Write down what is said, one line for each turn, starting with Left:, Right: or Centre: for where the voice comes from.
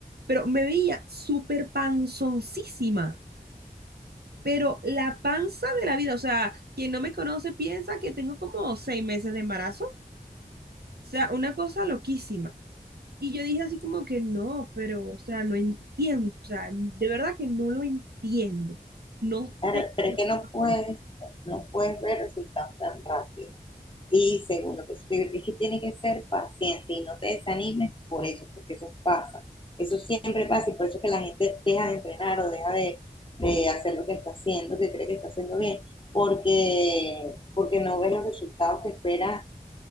Right: pero me veía súper panzoncísima. Pero la panza de la vida, o sea, quien no me conoce piensa que tengo como seis meses de embarazo. O sea, una cosa loquísima. Y yo dije así como que no, pero, o sea, no entiendo, o sea, de verdad que no lo entiendo. No
Left: pero,
Right: sé qué
Left: pero es que no
Right: pasa
Left: puedes,
Right: ahí.
Left: no puedes ver resultados tan rápido. Y segundo, pues es que tienes que ser paciente y no te desanimes por eso, porque eso pasa. Eso siempre pasa y por eso es que la gente deja de entrenar o deja de, de hacer lo que está haciendo, que cree que está haciendo bien, porque, porque no ves los resultados que esperas